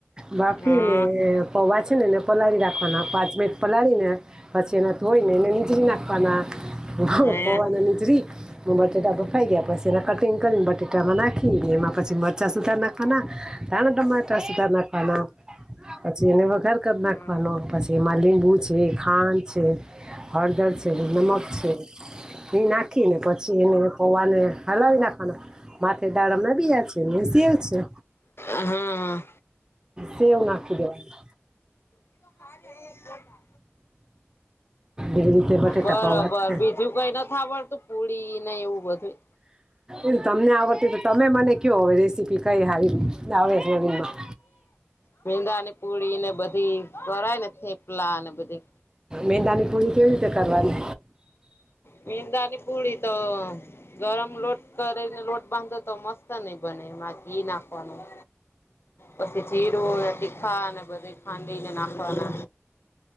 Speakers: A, on the right (about 15°); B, on the left (about 60°).
A: બાફી
B: હા
A: ને પૌવા છે નેને પલાળી રાખવાના પાંચ મિનિટ પલાળીને પછી એને ધોઈ ને એને નીચરી નાખવાના પૈવાને
B: હે
A: નીચરી નાખવાના બટેટા બફાઈ ગયા પછી એના કટિંગ કરીને બટેટામાં નાખીને એમાં પછી મરચા સુધાર નાખ ના તણા તમાર ટમાંટર સુધાર નાકાના. પછી એને વઘાર કરી નાખવાનો
B: હા.
A: પછી એમાં લીંબુ છે ખાંડ છે હરદર છે નમક છે એ નાખી ને પછી એને પૌવાને હલાવી નાખવાના માથે દાડમ ના બીયા છે ને સેવ છે
B: હા
A: સેવ નાખી દેવાની
B: એ
A: એવી રીતે બટેટા
B: બરોબર
A: પૌવા છે.
B: બીજું કઈ નથી આવડતું પુડી ને એવું બધું
A: એ તમને આવડતી તો તમે મને કયો હવે રેસીપી કઈ સારી આવે જમીનમાં
B: મેંદા ની પુડી ને બધી કરય ને થેપલા ને બધી
A: મેંદા ની પૂરી કેવી રીતે કરવાની
B: મેંદાની પુડી તો ગરમ લોટ કરીને લોટ બાંધો તો નહ બને એમાં ઘી નાખવાનું પછી જીરું તીખા ને બધુ ખાંડીને નાખવા